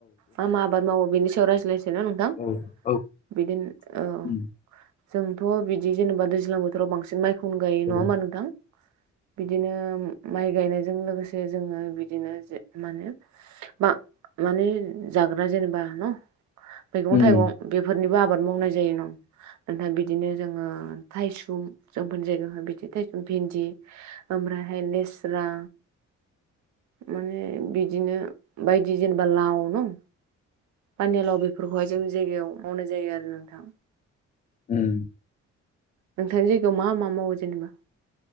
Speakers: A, on the right; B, on the left.
A: मा मा आबाद मावो बेनि सायाव रायज्लायसै न नोंथां
B: औ औ
A: बिदिनो औ।
B: उम
A: जोंथ' बिदि जेनेबा दैज्लां बोथोराव बांसिन माइ अनगायै
B: उम
A: नङा होमबा नोंथां बिदिनो माइ गायनायजों लोगोसे जोङो बिदिनो जे मा होनो बा माने जाग्रा जेनेबा न मैगं
B: उम
A: थाइगं। बेफोरनिबो आबाद मावनाय जायो न। ओमफ्राय बिदिनो जोङो थायसुम जोंफोरनि जायगायावाय बिदि थायसुम भिन्दि ओमफ्रायहाय लेस्रा। माने बिदिनो बायदि जेनेबा लाव नं पानिलाव बेफोरखौहाय जों जायगायाव मावनाय जायो आरो नोंथां।
B: उम।
A: नोंथांनि जायगायाव मा मा मावो जेनेबा?